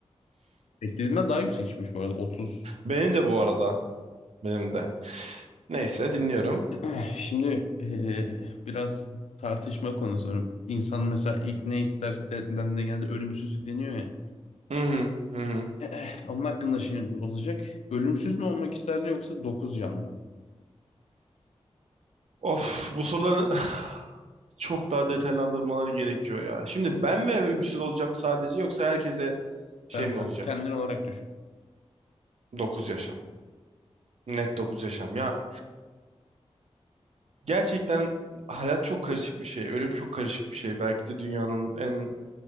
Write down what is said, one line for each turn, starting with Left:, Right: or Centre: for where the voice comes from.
Left: Beklediğimden daha yüksek çıkmış bu arada 30
Right: Benim de bu arada. Benim de. Neyse dinliyorum.
Left: Eh, Şimdi eh, biraz tartışma konusu. Hani İnsan mesela ilk ne ister de- dendiğinde genelde ölümsüzlük deniyor ya.
Right: Hı hı, hı hı.
Left: Eh, Onun hakkında şey olacak. Ölümsüz mü olmak isterdin yoksa dokuz can mı?
Right: Of bu soruları <sighs> çok daha detaylandırmaları gerekiyor ya. Şimdi ben mi evrilmişiz olacağım sadece yoksa herkese
Left: Sen
Right: şey
Left: sen.
Right: mi olacak?
Left: Kendin olarak düşün.
Right: 9 yaşam. Net 9 yaşam. Ya Gerçekten hayat çok karışık bir şey. Ölüm çok karışık bir şey. Belki de dünyanın en